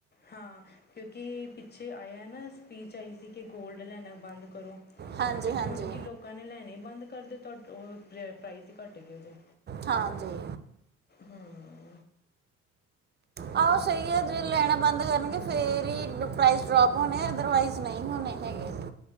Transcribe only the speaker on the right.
ਹਾਂਜੀ
ਹਾਂਜੀ
ਹਾਂਜੀ <unintelligible>
ਆਹੋ ਸਹੀ ਹੈ ਜੇ ਲੈਣਾ ਬੰਦ ਕਰਨਗੇ ਫੇਰ ਹੀ ਪ੍ਰਾਈਜ਼ ਡਰੋਪ ਹੋਣੇ ਅਦਰਵਾਈਜ਼ ਨਹੀਂ ਹੋਣੇ ਹੈਗੇ